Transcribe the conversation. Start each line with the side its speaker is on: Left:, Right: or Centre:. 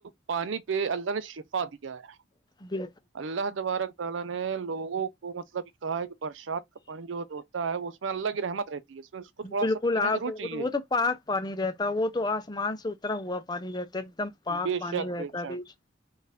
Right: پانی پہ اللہ نے شفا دیا ہے
Left: جی
Right: اللہ تبارک و تعالی نے لوگوں کو مطلب اور جو دوتا ہے وہ اس میں اللہ کی رحمت رہتی ہے اس میں اس کو تھوڑا
Left: بالکل
Right: سا پینا
Left: آپ
Right: ضرور چاہیے
Left: وہ تو پاک پانی رہتا ہے وہ تو آسمان سے اترا ہوا پانی رہتا ہے ایک دم پاک
Right: بے
Left: پانی
Right: شک
Left: رہتا
Right: بے شک
Left: بیش